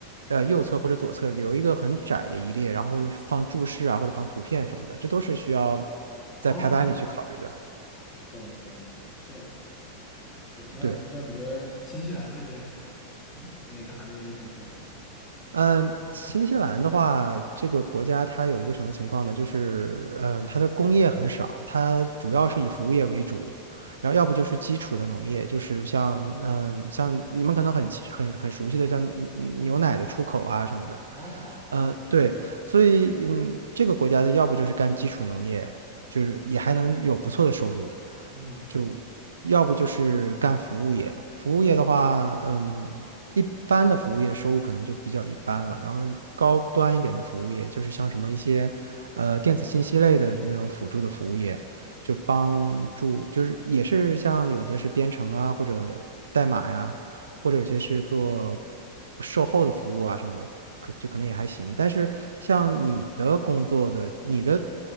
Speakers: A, on the right; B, on the left.
A: 呃右侧或者左侧留一个很窄的一列，然后放注释啊或者放图片什么的，这都是需要
B: 哦，
A: 在排版里去考虑的。
B: 懂了懂了，这样。对，那哥，
A: 对。
B: 你觉得新西兰这边，嗯，哪个行业目前比较好呢？
A: 嗯，新西兰的话，这个国家它有一个什么情况呢？就是，嗯，它的工业很少，它主要是以服务业为主，然后要不就是基础的农业，就是像，嗯，像你们可能很清很很熟悉的，像嗯牛奶的出口啊什么的，
B: 哦，
A: 呃，对，所以，嗯，这个国家的要不就是干基础农业，就是也还能有不错的收入，
B: 嗯，
A: 就要不就是干服务业，服务业的话，嗯，一般的服务业收入可能就比较一般了，然后高端一点的服务业，就是像什么一些，呃，电子信息类的那种辅助的服务业，就帮助，就是也是像有的是编程啊或者代码呀。或者有些是做售后的服务啊什么的，可就可能也还行。但是像你的工作的、你的